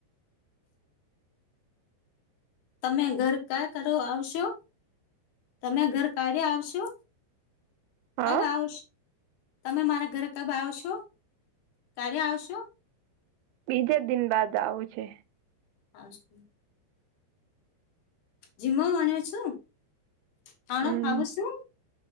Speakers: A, on the left; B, on the right.
A: તમે ઘર કા કરો આવશો તમે ઘર ક્યારે આવશો?
B: હા
A: તમે આવશ તમે મારા ઘરે કબ આવશો? ક્યારે આવશો?
B: બીજે દિન બાદ આવું છે.
A: હા જી. જીમો ભણી છું. ખાણો
B: હમ
A: ખાવું છું